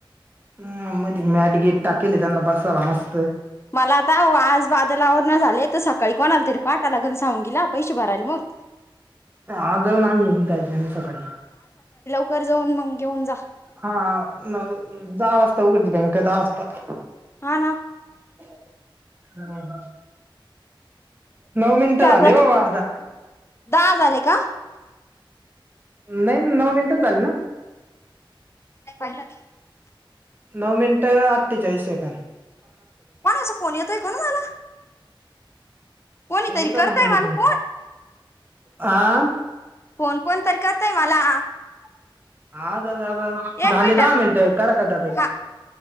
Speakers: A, on the right (about 20°); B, on the left (about 30°).
A: ह मज मॅट गेट टाकली त्यांना बसायला मस्त
B: मला आता आज बादलावर ना झाले तर सकाळी कोणा आला तरी पाटालागन सांगून गेला पैसे भरायला मग ह
A: आज जाऊन आम्ही दजी आम्ही सकाळी,
B: ककर जाऊन मग घेऊन जा,
A: हा दहा वाजता उघडते बँका दहा वाजता,
B: हा ना,
A: <unintelligible> नऊ मिनिटं
B: शारदा
A: झाले बाबा आता,
B: दहा झाले का?
A: नाही नऊ मिनिट झाली ना,
B: <unintelligible>
A: नऊ मिनिटं अठ्ठेचाळीस सेकंड,
B: पण असं फोन येतो ऐको ना मला, कोणीतरी
A: येत
B: करताय
A: ना मध्ये
B: मला
A: पण
B: फोन
A: हा,
B: फोन कोण तर करताय मला,
A: <unintelligible>
B: एक
A: झाली
B: मिनिट
A: दहा मिनटं करा कटात एक,
B: हा